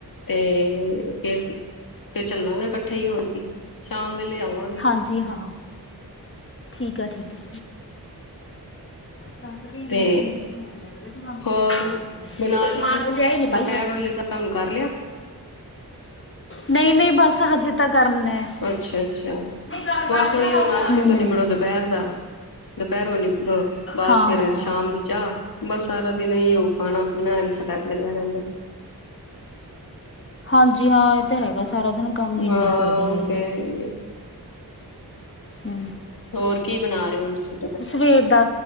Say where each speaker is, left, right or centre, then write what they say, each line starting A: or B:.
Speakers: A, on the left (about 60°); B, on the left (about 30°).
A: ਤੇ ਫ ਫੇਰ ਚੱਲਾਂਗੇ ਇਕੱਠੇ ਹੀ ਹੋਰ ਕੀ, ਸ਼ਾਮ ਵੇਲੇ ਆਵਾਂ
B: ਹਾਂਜੀ ਹਾਂ। ਠੀਂਕ ਆ ਠੀਕ ਆ। ਦੱਸ ਮ
A: ਤੇ
B: ਮੇ ਫੋਨ ਚ
A: ਹੋਰ
B: ਤੂੰ
A: ਬਣਾ ਲਈ ਦੁਪਹਿਰ
B: ਲਿਆਾਈ <unintelligible>
A: ਹੁਣ ਗੱਲ ਕਰ ਰਿਹਾ? <unintelligible>
B: ਨਹੀਂ -ਨਹੀਂ ਬਸ ਹਜੇ ਤਾਂ ਕਰਨਾ।
A: ਅੱਛਾ ਅੱਛਾ
B: ਨਹੀਂ ਗੱਲ ਕਰਦੇ
A: ਬਸ ਉਹੀ
B: ਨਾ ਕੰਮ
A: -ਉਹ ਨਾਸ਼ਤੇ
B: ਕਰਾ ਦੇ ਹੂੰ
A: ਤੋਂ ਨਿਬੜੋ ਦੁਪਹਿਰ ਦਾ। ਦੁਪਹਿਰੋਂ ਨਿਬੜੇ ਬਸ
B: ਹਾਂ
A: ਫਿਰ
B: ਹਾਂ
A: ਸ਼ਾਮ ਦੀ ਚਾਹ ਬਸ ਸਾਰਾਂ ਦਿਨ ਏਹੀ ਓ ਖਾਂਣਾ ਪੀਣਾ ਐਸ ਦੇ ਟਾਈਮ ਲੱਗਿਆਂ ਰਹਿੰਦਾਂ।
B: ਹਾਂਜੀ ਹਾਂ ਇਹ ਤਾਂ ਹੈਗਾ ਸਾਰਾਂ ਦਿਨ ਕੰਮ ਹੀ
A: ਹਾਂ,
B: ਨਹੀਂ ਨਿਬੜਦੇ
A: ਉਹ
B: ਹੈਗੇ
A: ਤੇਂ ਹੈ ਈ ਏ।
B: ਹਂ।
A: ਹੋਰ ਕੀ ਬਣਾ ਰਹੇ ਹੋਂ ਤੁਸੀ?
B: ਸਵੇਰ ਦਾ,